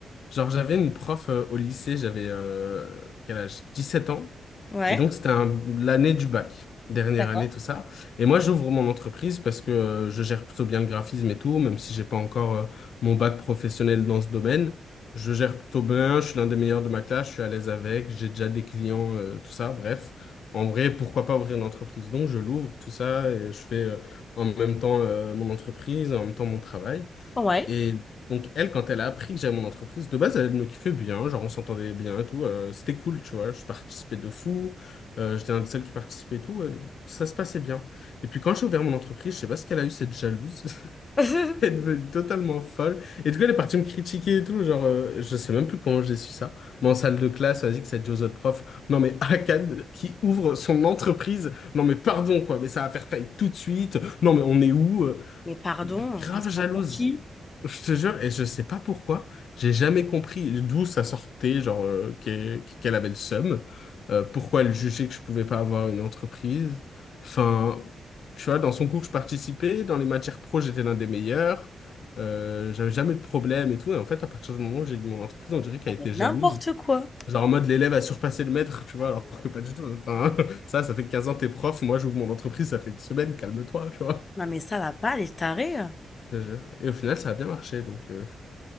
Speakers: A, on the left; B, on the left.
A: Genre, j'avais une prof euh, au lycée, j'avais euh, quel âge? sept ans.
B: Ouais.
A: Et donc, c'était un- l'année du bac, dernière
B: D'accord.
A: année, tout ça. Et moi, j'ouvre mon entreprise parce que euh, je gère plutôt bien le graphisme et tout, même si j'ai pas encore euh, mon bac professionnel dans ce domaine. Je gère plutôt bien, je suis l'un des meilleurs de ma classe, je suis à l'aise avec, j'ai déjà des clients, euh, tout ça. Bref, en vrai, pourquoi pas ouvrir une entreprise? Donc, je l'ouvre, tout ça, et je fais euh, en même temps euh, mon entreprise, en même temps mon travail.
B: Ouais.
A: Et donc, elle, quand elle a appris que j'avais mon entreprise, de base, elle me kiffait bien. Genre, on s'entendait bien et tout. euh, c'était cool, tu vois. Je participais de fou. euh, j'étais un des seuls qui participait et tout. euh, ça se passait bien. Et puis, quand j'ai ouvert mon entreprise, je sais pas ce qu'elle a eu, cette jalouse. <laughs>
B: <laughs>
A: Elle est devenue totalement folle. Et du coup, elle est partie me critiquer et tout. Genre, euh, je sais même plus comment j'ai su ça. Mais en salle de classe, vas-y, que ça dit aux autres profs. Non, mais Akad qui ouvre son entreprise. Non, mais pardon, quoi. Mais ça va faire faillite tout de suite. Non, mais on est où? Euh,
B: Mais pardon,
A: grave
B: on se prend
A: jalouse.
B: pour qui?
A: Je te jure, et je sais pas pourquoi, j'ai jamais compris d'où ça sortait, genre euh, qu'elle qu'elle avait le seum, euh, pourquoi elle jugeait que je pouvais pas avoir une entreprise. Enfin, tu vois, dans son cours, je participais, dans les matières pro, j'étais l'un des meilleurs, euh, j'avais jamais de problème et tout, et en fait, à partir du moment où j'ai eu mon entreprise, on dirait qu'elle
B: Ah,
A: était
B: mais n'importe
A: jalouse.
B: quoi.
A: Genre en mode l'élève a surpassé le maître, tu vois, alors que pas du tout. Enfin, <laughs> ça, ça fait 15 ans que t'es prof, moi j'ouvre mon entreprise, ça fait une semaine, calme-toi, tu vois.
B: Non mais ça va pas, les tarés.
A: Je te jure. Et au final, ça a bien marché, donc... euh,